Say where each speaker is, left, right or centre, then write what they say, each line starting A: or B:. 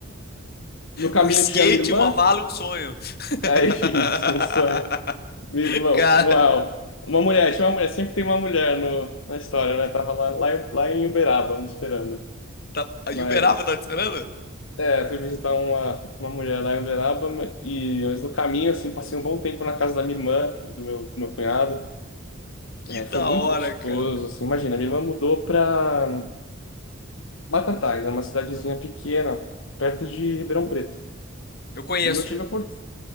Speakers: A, on the left; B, on the left.
A: No caminho
B: Um skate,
A: tinha minha irmã.
B: uma mala
A: <laughs>
B: e um sonho.
A: É
B: <laughs>
A: isso, um sonho. Minha irmã,
B: Cara,
A: uma, uma mulher, tinha uma mulher, sempre tem uma mulher no, na história, né? Tava lá, lá, em- lá em Uberaba me esperando.
B: tá... a
A: Mas
B: Uberaba tá te esperando?
A: É, fui visitar uma, uma mulher lá em Uberaba ma- e mas no caminho, assim, passei um bom tempo na casa da minha irmã, do meu, do meu cunhado.
B: Que
A: É,
B: da
A: foi muito
B: hora,
A: gostoso,
B: cara.
A: assim, imagina, minha irmã mudou pra Batatais, é uma cidadezinha pequena, perto de Ribeirão Preto.
B: Eu conheço.
A: E eu tive a oportunidade...